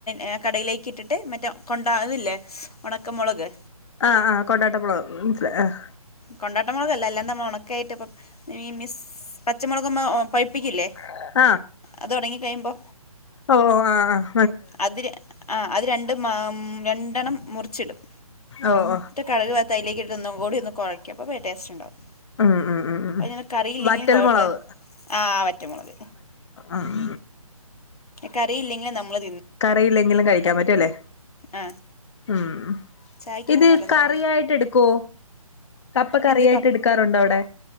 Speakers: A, on the left; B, on the left.
A: അ കടയിലേക്ക് ഇട്ടിട്ട് മറ്റേ കൊണ്ടാ ഇതില്ലേ ഒണക്കമൊളക്
B: ആഹ് ആഹ് കൊണ്ടാട്ടമൊളക് മൻസ്സിലായ് ആഹ്..
A: കൊണ്ടാട്ടമൊളകല്ല എല്ലാം നമ്മൾഒണക്കയിട്ട് ഇപ്പ ഈ മിസ് പച്ചമുളക് മ്മ പ... പ്പിക്കില്ലേ
B: ആഹ്
A: അത് ഒണങ്ങി കഴിയുമ്പോ
B: ഓഓ ആ ആ
A: അത് ര അത് രണ്ടും ആഹ് രണ്ടെണ്ണം മുറിച്ചിടും
B: ഓ ഒഹ്
A: ട്ട് കടക് വർത് അയ്ലേക്ക്ട്ട്ട്ട് ഒന്നും കൂടി ഒന്ന് കൊയക്കും അപ്പോ ടേസ്റ്റ് ണ്ടാവും
B: ഉം ഉം ഉം ഉം
A: അയ്നെ കറിയില്ലെങ്കിലും
B: വറ്റൽ
A: കൊഴപ്പില്ല
B: മുളക്
A: ആ വറ്റമോളക്
B: ആഹ്
A: കറിയില്ലെങ്കിലും നമ്മള്
B: കറിയില്ലെങ്കിലും കഴിക്കാൻ പറ്റുഅല്ലേ
A: ആ
B: ആഹ്
A: ചായക്കൊക്കെ
B: ഇത്
A: നല്ലതാണ്
B: കറിയായിട്ടെടുക്കോ
A: അങ്ങനെ
B: കപ്പ കറിയായിട്ടെടുക്കാറുണ്ടോ
A: എന്ത് കപ്പ്
B: അവിടെ